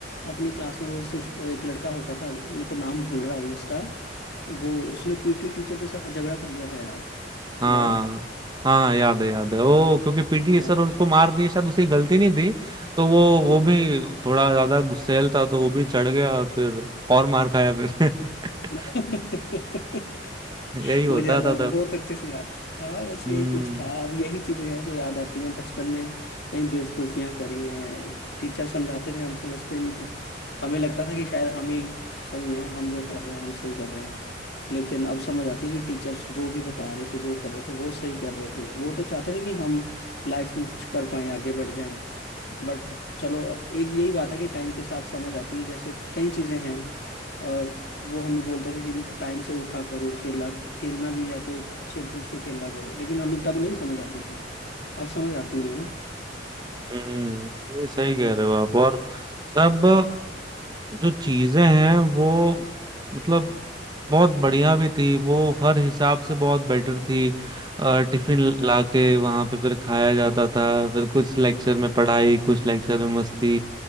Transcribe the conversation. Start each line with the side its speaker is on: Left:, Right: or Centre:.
Left: अपनी क्लास में वो सुश- एक लड़का होता था मेरे को नाम भूल रहा है अभी उसका वो उसने पीटी टीचर के साथ झगड़ा कर लिया था यार
Right: हाँ
Left: याद है
Right: हाँ याद है याद है वो क्योंकि पीटी
Left: हाँ
Right: सर उनको मार दिए शायद उसकी गलती नहीं थी तो वो
Left: हाँ
Right: वो भी थोड़ा ज्यादा गुस्सैल था तो वो भी चढ़ गया और फिर और मार खाया फिर <laughs>
Left: <laughs>
Right: यही होता
Left: वो ज्यादा
Right: था तब
Left: बहुत अच्छे से याद हाँ बस
Right: हम्म
Left: यही कुछ था अब यही चीजें हैं जो याद आती हैं बचपन में कई बेवकूफियां करी हैं टीचर समझाते थे हम समझते नहीं थे हमें लगता था कि शायद हम ही सही हैं हम जो कर रहे हैं हम सही कर रहे हैं लेकिन अब समझ आती है कि टीचर्स जो भी बता रहे थे जो कर रहे थे वो सही कर रहे थे वो तो चाहते थे कि हम लाइफ में कुछ कर पाएं आगे बढ़ जाएं बट चलो अब एक यही बात है कि टाइम के साथ समझ आती है जैसे कई चीज़ें हैं अ, वो हमें बोलते थे कि टाइम से उठा करो खेला खेलना भी है तो एक अच्छे ढंग से खेला करो लेकिन हमें तब नहीं समझ आती थी अब समझ आती है ना
Right: हम्म ये सही कह रहे हो आप और तब जो चीजें हैं वो मतलब बहुत बढ़िया भी थी वो हर हिसाब से बहुत बेटर थी अ, टिफिन लाके वहां पे फिर खाया जाता था फिर कुछ लेक्चर में पढ़ाई कुछ लेक्चर में मस्ती